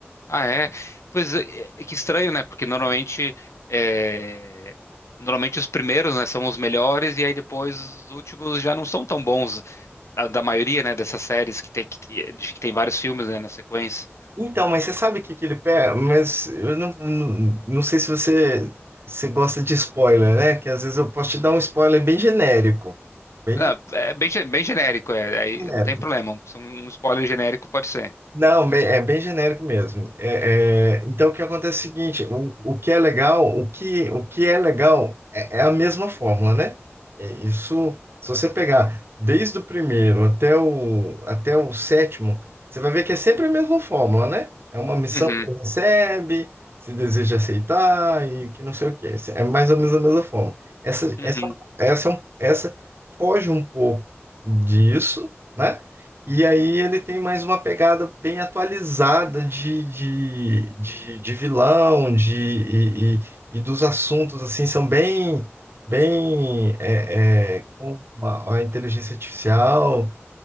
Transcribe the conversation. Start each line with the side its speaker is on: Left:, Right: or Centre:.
Left: Ah, é? Pois é, é que estranho, né? Porque normalmente, é, normalmente os primeiros, né, são os melhores e aí depois os últimos já não são tão bons da, da maioria, né, dessas séries que tem que, de que tem vários filmes, né, na sequência.
Right: Então, mas você sabe o que que ele pega? Mas eu não, não, não sei se você, você gosta de spoiler, né? Que às vezes eu posso te dar um spoiler bem genérico. Bem
Left: Não,
Right: ge-
Left: é bem, ge- bem genérico, é, aí
Right: genérico.
Left: não tem problema. São- Um spoiler genérico pode ser.
Right: Não, bem- é bem genérico mesmo. É, é, então, o que acontece é o seguinte: o, o que é legal, o que, o que é legal é, é a mesma fórmula, né? É isso, se você pegar desde o primeiro até o, até o sétimo, você vai ver que é sempre a mesma fórmula, né? É uma missão
Left: Uhum,
Right: que ele recebe, se deseja aceitar e que não sei o quê. É mais ou menos a mesma fórmula. Essa,
Left: uhum,
Right: essa, essa, é um, essa foge um pouco disso, né? E aí ele tem mais uma pegada bem atualizada de, de, de, de vilão, de, e, e- e dos assuntos, assim, são bem, bem, é, é, com a, a inteligência artificial.